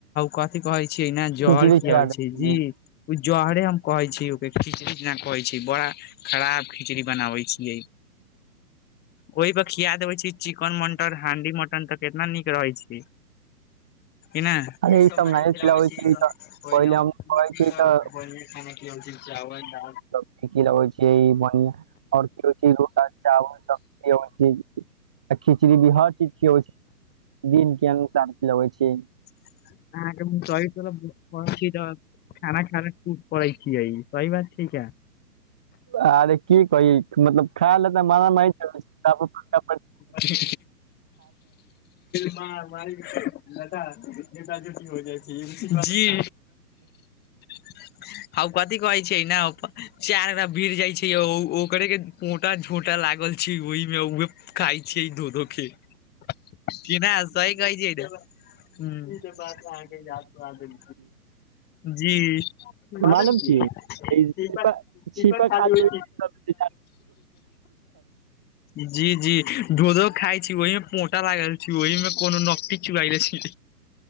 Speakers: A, on the left (about 20°); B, in the centre.
A: कथि कहे छीये ना जहर
B: खिचड़ी
A: खियाल
B: खिया
A: छै
B: देलखिन
A: जी ओ जहरे हम कहे छी ओकर खिचड़ी कहै बड़ा खराब खिचड़ी बनाबै छियै ओहि पर खिया देब चिकन मटन हांडी मटन तऽ केितना नीक रहे छै क नहि
B: अरे
A: ई सब
B: नहि खिलाबै
A: खबै <unintelligible>
B: छियै तऽ पहिले हम कहै छियै तऽ
A: <unintelligible> र चावल दाल
B: <unintelligible> सबी की छै ई बढ़आ आओर की होइ छै रोटा चावल सबी छै खिचड़ी भी हर चीज खियै छै दिन के अनुसार खिलबै छीये
A: <unintelligible> ह तइ त त खाना खाना खू पढ़ै छिये सही बात छीये
B: आरे की कह मतलब खाय ले त म <inaudible>
A: खी क लता <unintelligible> ज जी हो जाइ <inaudible> आउ कथी कहै छै न चार अना भिड़ जाइ छै य ओ ओकरे के मोटा झोटा लागल छै ओहिमे उ खाइ छै धोधो के कि न सही कहै छिये ने ह बात अहाँके याद सुना देल जी <inaudible> बार
B: मालूम
A: क <inaudible>
B: छी ई
A: दीप
B: छिपा
A: दीपा
B: छिपा
A: खाली
B: खा
A: होइ
B: लेबै छी
A: <inaudible> जी धो धो खाइ छी ओहिमे पोटा लागल छी ओहिमे कोनो नकटी चुबइले छी